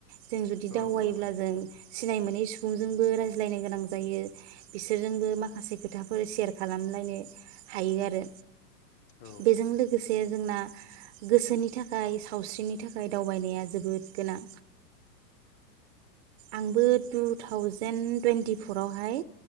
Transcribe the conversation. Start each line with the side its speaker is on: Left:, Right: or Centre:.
Right: जों जुदि दावबायोब्ला
Left: औ औ
Right: जों सिनाय मोनै सुबुंजोंबो रायज्लायनो गोनां जायो बिसोरजोंबो माखासे खोथाफोर सेयार खालामलायनो हायो आरो।
Left: औ
Right: बेजों लोगोसे जोंना गोसोनि थाखाय सावस्रिनि थाख खाय दावबायनाया जोबोद गोनां। आंबो टु थावजेेन टुवन्टिफरावहाय